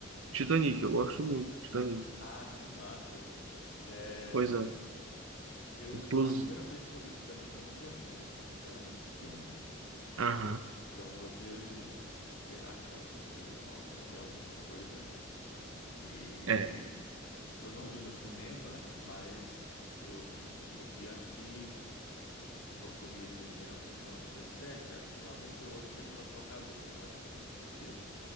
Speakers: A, on the right; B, on the left.
A: Titanic. Eu gosto muito do Titanic.
B: Ah, que massa. É,
A: Pois é.
B: eu,
A: Inclusive.
B: a primeira vez que eu vi Titanic eu não gostei, porque eu era muito pequeno.
A: Aham.
B: Eu, então eu vi, eu acho que é um filme de 90 e alguma coisa, e
A: É.
B: eu não vi no cinema, mas eu, eu vi, acho que, pronto, ele, ele é um filme de noventa e sete acho que em 98 chegou nas locadoras a- o filme.